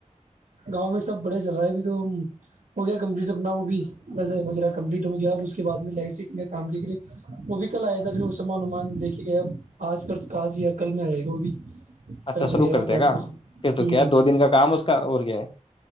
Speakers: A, on the right; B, on the left.
A: گاؤں میں سب بڑا چل رہا ہے بھی تو ہو گیا کمپلیٹ اپنا وہ بھیز وغیرہ کمپلیٹ ہو گیا اب اس کے بعد میں لائٹ سے کام دے وہ بھی کل آیا تھا جو سمان ومان دیکھے گئے اب آج کاج یا کل میں آئے گا وہ بھی
B: اچھا
A: لائٹ
B: شروع
A: وغیرہ
B: کر
A: کا
B: دے
A: کام
B: گا
A: کرے
B: پھر تو
A: ہ
B: کیا دو دن کا کام اس کا اور کیا ہے